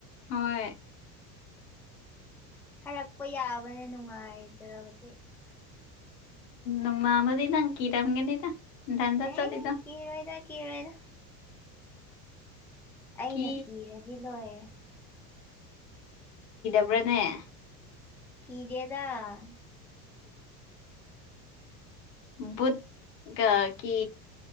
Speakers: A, on the left; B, in the centre.
A: ꯍꯣꯏ
B: ꯍꯥꯏꯔꯛꯄ ꯌꯥꯕꯅ ꯅꯨꯡꯉꯥꯏꯖ꯭ꯔꯕꯗꯤ
A: ꯎꯝ ꯅꯪ ꯀꯤꯔꯝꯒꯅꯤꯗ ꯅꯊꯟꯇ
B: ꯑꯦ
A: ꯆꯠꯂꯤꯗꯣ
B: ꯀ ꯔꯣꯏꯗ ꯀ ꯔꯣꯏꯗ ꯑꯩꯅ
A: ꯀꯤ
B: ꯀꯤꯔꯗꯤ ꯂꯣꯏꯔꯦ
A: ꯭ꯔꯦꯅꯦ
B: ꯀꯗꯦꯗ ꯎ ꯎ
A: ꯕꯨꯠ ꯀ ꯀ